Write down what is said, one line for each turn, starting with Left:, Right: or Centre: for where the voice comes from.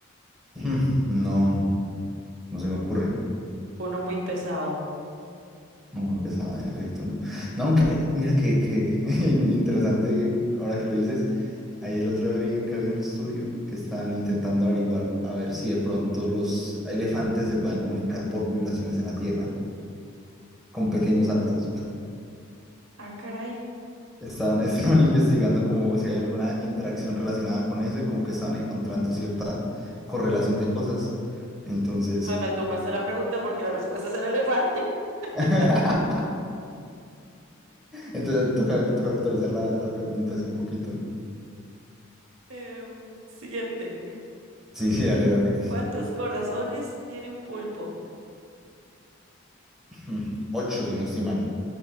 Centre: <laughs> Hmm, No, no se me ocurre.
Right: Uno muy pesado.
Centre: No me pesaba, en efecto, no. No, aunque, mira que, que <laughs> in- interesante, ahora que lo dices, ahí el otro día vi que había un estudio que estaban intentando averiguar a ver si de pronto los elefantes se puedan comunicar por vibraciones en la tierra, con pequeños saltos.
Right: Ah, caray.
Centre: Estaban, <laughs> estaban investigando como si hay alguna interacción relacionada con eso y como que estaban encontrando cierta correlación de cosas. Entonces,
Right: Ay, me tumbaste la pregunta porque la respuesta es el elefante.
Centre: <laughs>
Right: <laughs>
Centre: entonces toca, toca actualizar la, la pregunta así un poquito.
Right: Em, siguiente.
Centre: Sí, sí, dale, dale.
Right: ¿Cuántos corazones tiene un pulpo?
Centre: <laughs> Ocho, si no estoy mal.